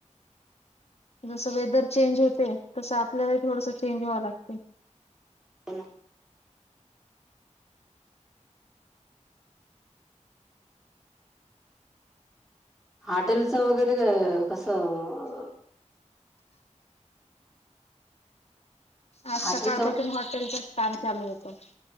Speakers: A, on the left; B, in the centre.
A: जसं वेदर चेंज होते,, तसं आपल्यालाही थोडसं चेंज व्हावं लागते.
B: हो ना. हॉटेलचं वगैरे कसं
A: आज सकाळपासून
B: हॉटेलच
A: हॉटेलचच काम चालू होतं.